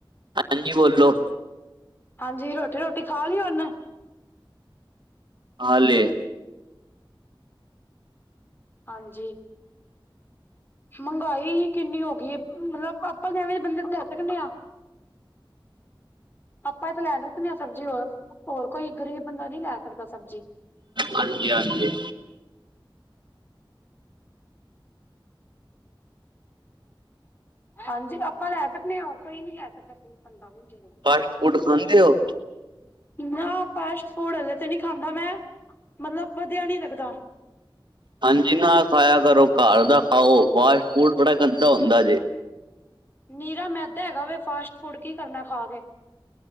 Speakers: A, on the right; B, on the left.
A: ਅਤਨ ਜੀ ਬੋਲੋਂ।
B: ਹਾਂਜੀ, ਰੋਟੀ ਰੂਟੀ ਖਾ ਲਈ ਹੁਨ?
A: ਖਾ ਲਈ ਏ
B: ਹਾਂਜੀ, ਮਹਿੰਗਾਈ ਹੀ ਕਿੰਨੀ ਹੋ ਗਈ ਐ। ਮਤਲਬ ਪਾਪਾ ਕਹਿੰਦੇ ਬੰਦੇ ਕੋਲ ਜਾ ਸਕਦੇ ਆ। ਆਪਾਂ ਇਹ ਤਾਂ ਲੈ ਸਕਨੇ ਆ, ਸਬਜ਼ੀ ਹੋਰ ਹੋਰ ਕੋਈ ਗ਼ਰੀਬ ਬੰਦਾ ਨੀ ਲੈ ਸਕਦਾ ਸਬਜ਼ੀ।
A: ਹਾਂਜੀ ਹਾਂਜੀ।
B: ਹਾਂਜੀ ਆਪਾਂ ਲੈ ਸਕਦੇ ਹਾਂ ਕੋਈ ਨੀ ਲੈ ਸਕਦਾ ਪੰਦਰਾਂ ਮਹੀਟੇ ਦੇ <inaudible>
A: ਫਾਸਟ ਫੂਡ ਖਾਂਦੇ ਔ
B: ਨਾ ਫਾਸਟ ਫੂਡ ਹਲੇ ਤੇ ਨੀ ਖਾਂਦਾ ਮੈਂ, ਮਤਲਬ ਵਧੀਆ ਨੀ ਲੱਗਦਾ।
A: ਹਾਂਜੀ ਨਾਲ ਖਾਇਆ ਕਰੋ, ਘਰ ਦਾ ਖਾਓ ਫਾਸਟ ਫੂਡ ਬੜਾ ਗੰਦਾ ਹੁੰਦਾ ਜੇ।
B: ਨੀਰਾ ਮੈਦਾ ਹੈਗਾ ਵੇ ਫਾਸਟ ਫੂਡ ਕੀ ਕਰਨਾ ਖਾਕੇ।